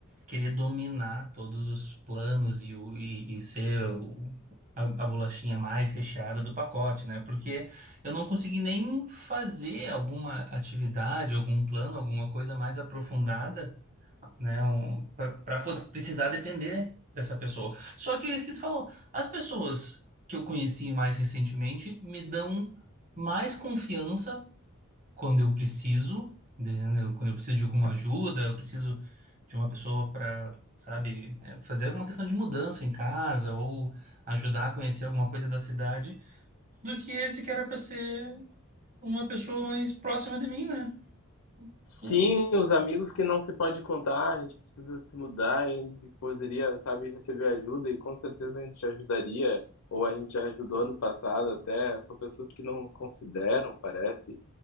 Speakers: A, on the right (about 35°); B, on the left (about 90°).
A: querer dominar todos os planos e, o, e, e ser o- a, a bolachinha mais recheada do pacote, né? Porque eu não consegui nem fazer alguma atividade, algum plano, alguma coisa mais aprofundada, né? Um, para precisar depender dessa pessoa. Só que é isso que tu falou. As pessoas que eu conheci mais recentemente me dão mais confiança quando eu preciso, né, eu- quando eu preciso de alguma ajuda, eu preciso de uma pessoa para, sabe, é, fazer alguma questão de mudança em casa ou ajudar a conhecer alguma coisa da cidade, do que esse que era para ser uma pessoa mais próxima de mim, né?
B: Sim,
A: Putz,
B: os amigos que não se pode contar, a gente precisa se mudar, a gente poderia, sabe, receber ajuda e com certeza a gente ajudaria, ou a gente já ajudou no passado até, são pessoas que não consideram, parece,